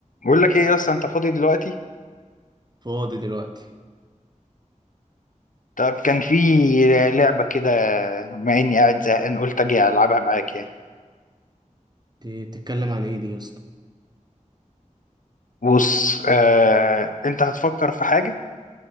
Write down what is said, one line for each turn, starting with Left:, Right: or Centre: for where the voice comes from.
Left: بقول لك ايه يا اسطى انت فاضي دلوقتي
Right: فاضي دلوقتي
Left: طب كان في لعبه كده بما اني قاعد زهقان قلت اجي العبها معاك يعني
Right: دي بتتكلم عن ايه دي يا اسطى
Left: بص آه، انت هتفكر في حاجه